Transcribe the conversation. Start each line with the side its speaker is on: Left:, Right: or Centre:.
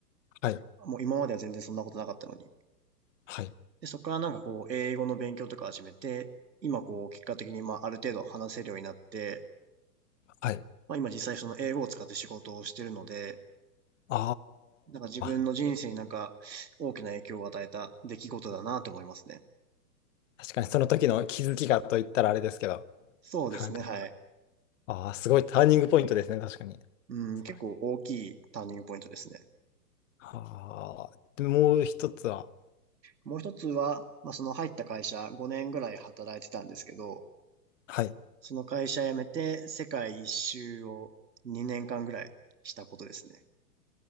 Left: はい。
Right: もう今までは全然そんなことなかったのに。
Left: はい。
Right: で、そこからなんかこう、英語の勉強とか始めて、今こう、結果的にまあある程度話せるようになって、
Left: はい。
Right: まあ今実際その英語を使って仕事をしてるので、
Left: あ
Right: なんか自分の人生になんか大きな影響を与えた出来事だなと思いますね。
Left: あ、確かにその時の気づきがと言ったらあれですけど。
Right: そうですね、
Left: なんか、
Right: はい。
Left: ああ、すごいターニングポイントですね。確かに。
Right: うん、
Left: すごい。
Right: 結構大きいターニングポイントですね。
Left: ああ、で、もう一つは。
Right: もう一つは、まあ、その入った会社5年ぐらい働いてたんですけど、
Left: はい。
Right: その会社辞めて世界一周を2年間ぐらいしたことですね。